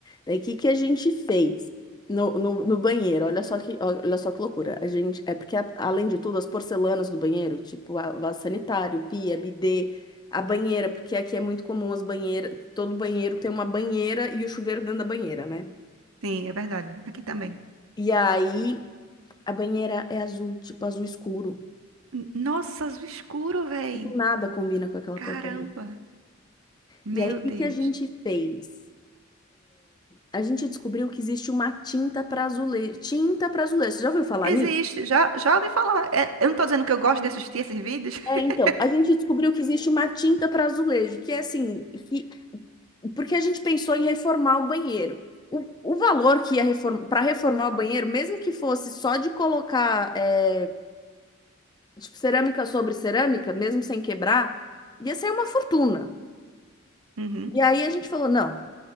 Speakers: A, on the left; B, on the right.
A: Daí, o que que a gente fez no, no, no banheiro? Olha só que, olha só que loucura. A gente, é porque, a- além de tudo, as porcelanas do banheiro, tipo a vaso sanitário, pia, bidê, a banheira, porque aqui é muito comum as banheiras, todo banheiro tem uma banheira e o chuveiro dentro da banheira, né?
B: Sim, é verdade. Aqui também.
A: E aí, a banheira é azul, tipo azul escuro.
B: N- Nossa, azul escuro, véi.
A: Tipo, nada combina com aquela
B: Caramba.
A: porcaria.
B: Meu
A: E aí, o
B: Deus.
A: que que a gente fez? A gente descobriu que existe uma tinta para azulejo. Tinta para azulejo, você já ouviu falar
B: Existe.
A: nisso?
B: Já, já ouvi falar. É, eu não tô dizendo que eu gosto de assistir esses vídeos.
A: É,
B: <laughs>
A: então, a gente descobriu que existe uma tinta para azulejo, que é assim, que, porque a gente pensou em reformar o banheiro. O, o valor que ia reform, para reformar o banheiro, mesmo que fosse só de colocar é, tipo, cerâmica sobre cerâmica, mesmo sem quebrar, ia ser uma fortuna.
B: Uhum,
A: E aí a gente falou, não,